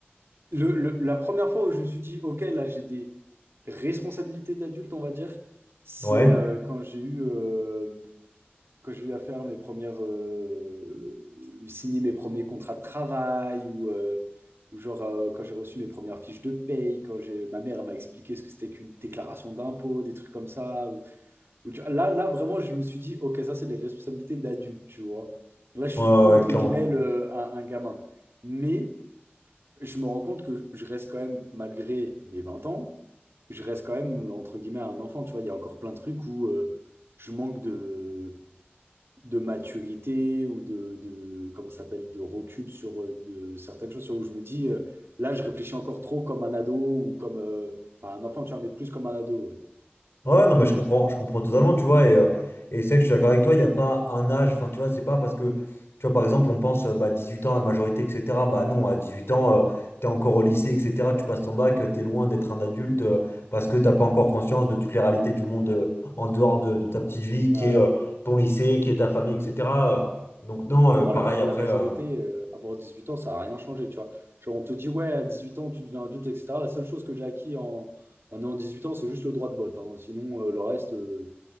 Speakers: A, on the right (about 80°); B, on the left (about 85°).
A: le, le- la première fois où je me suis dit, OK, là, j'ai des responsabilités d'adulte, on va dire, c'est
B: Ouais,
A: euh, quand j'ai eu, euh, quand j'ai eu à faire mes premières, euh, signer mes premiers contrats de travail ou. euh, ou genre, euh, quand j'ai reçu mes premières fiches de paye, quand j'ai- ma mère elle m'a expliqué ce que c'était qu'une déclaration d'impôt, des trucs comme ça, où tu- Là, là, vraiment, je me suis dit, OK, ça, c'est des responsabilités d'adulte, tu vois. Là, je
B: ouais,
A: suis
B: ouais,
A: plus, entre
B: ouais, clairement.
A: guillemets, le- un, un gamin. Mais je me rends compte que je reste quand même, malgré mes 20 ans, je reste quand même, entre guillemets, un enfant, tu vois. Il y a encore plein de trucs où euh, je manque de, de maturité ou de, de, comment ça s'appelle, de recul sur euh, de, certaines choses, sur où je me dis, euh, là, je réfléchis encore trop comme un ado ou comme, euh, pas un enfant, tu vois, mais plus comme un ado, ouais.
B: Ouais, non, mais je comprends, je comprends totalement, tu vois, et, euh, et c'est vrai que je suis d'accord avec toi, il n'y a pas un âge, enfin, tu vois, c'est pas parce que, tu vois, par exemple, on pense, euh, bah, 18 ans, la majorité, etc., bah non, à 18 ans, euh, t'es encore au lycée, etc., tu passes ton bac, euh, t'es loin d'être un adulte, euh, parce que t'as pas encore conscience de toutes les réalités du monde euh, en dehors de, de ta petite vie, qui
A: Ouais.
B: est euh, ton lycée, qui est ta famille, etc. Euh, Donc non,
A: pour
B: euh,
A: moi,
B: pareil,
A: la, ma- la
B: après...
A: majorité,
B: euh,
A: euh, avoir 18 ans, ça n'a rien changé, tu vois. Genre, on te dit, ouais, à 18 ans, tu deviens adulte, etc. La seule chose que j'ai acquis en, en ayant 18 ans, c'est juste le droit de vote. hein. Sinon, euh, le reste, euh,